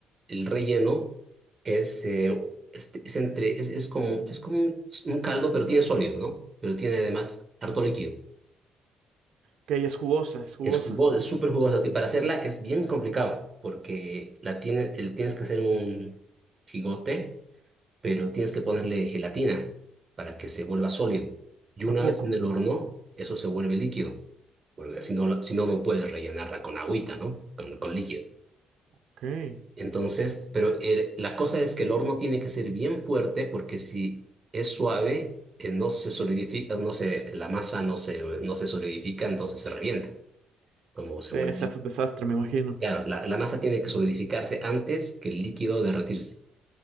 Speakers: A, on the right; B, on the right.
A: el relleno es, eh, este- es, entre, es, es como, es como un, un caldo, pero tiene sólido, ¿no? Pero tiene además harto líquido.
B: Ok, es jugosa, es jugosa.
A: Es jugoso, es súper jugoso, que para hacerla es bien complicado, porque la tiene, el, tienes que hacer un gigote, pero tienes que ponerle gelatina para que se vuelva sólido. Y
B: ¿A
A: una
B: poco?
A: vez en el horno, eso se vuelve líquido, porque si no, la- si no, no puedes rellenarla con agüita, ¿no? Con, con líquido.
B: Ok.
A: Entonces, pero el- la cosa es que el horno tiene que ser bien fuerte porque si es suave, eh, no se solidifica, no se, la masa no se, no se solidifica, entonces se revienta, como se
B: Sí,
A: vuelve.
B: se hace un desastre, me imagino.
A: Claro, la, la masa tiene que solidificarse antes que el líquido derretirse.